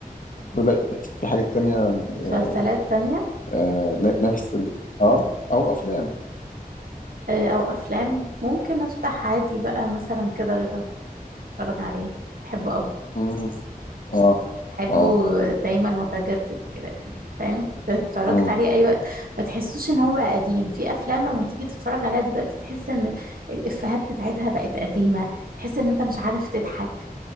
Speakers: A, on the left (about 60°); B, on the right (about 70°).
A: لا في حاجه تانية آه
B: مسلسلات تانية
A: آه ن- نفس ال... اه او افلام
B: آه، أو أفلام ممكن أفتح عادي بقى مثلا كده رضا أتفرج عليه بحبه قوي
A: مم. اه
B: بحبه
A: اه
B: دايما متجدد كده يعني فاهم اتفرجت
A: مم.
B: عليه اي وقت ما تحسوش ان هو بقى قديم في افلام لما تيجي تتفرج عليها دلوقتي تحس ان الافيهات بتاعتها بقت قديمة تحس ان انت مش عارف تضحك